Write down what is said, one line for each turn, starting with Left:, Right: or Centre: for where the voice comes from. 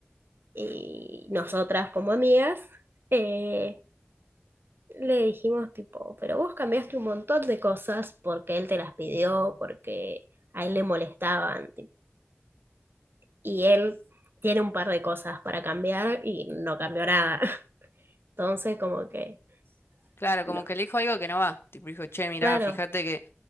Right: y nosotras como amigas eh, le dijimos tipo, pero vos cambiaste un montón de cosas porque él te las pidió, porque a él le molestaban, y él tiene un par de cosas para cambiar y no cambió nada. <laughs> Entonces, como que,
Left: Claro, como
Right: no,
Left: que le dijo algo que no va. Tipo, dijo, che, mirá,
Right: claro,
Left: fíjate que,